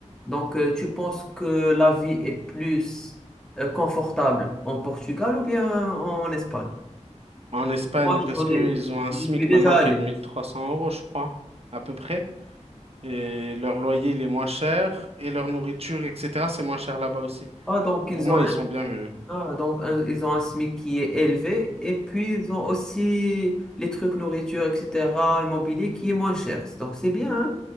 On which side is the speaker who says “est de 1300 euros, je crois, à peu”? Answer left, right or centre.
Right